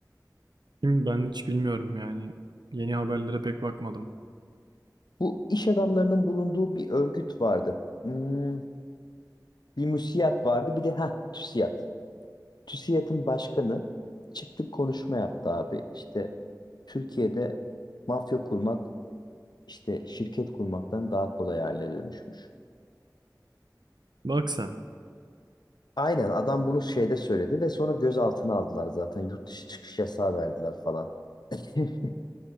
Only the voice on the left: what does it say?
Bu iş adamlarının bulunduğu bir örgüt vardı. Hmm, bir müsiyat vardı, bir de ha TÜSİAD. TÜSİAD'ın başkanı çıktı konuşma yaptı abi. İşte Türkiye'de mafya kurmak, işte şirket kurmaktan daha kolay haline dönüşmüş.
Aynen adam bunu şeyde söyledi ve sonra gözaltına aldılar zaten. Yurt dışı çıkış yasağı verdiler falan. <laughs>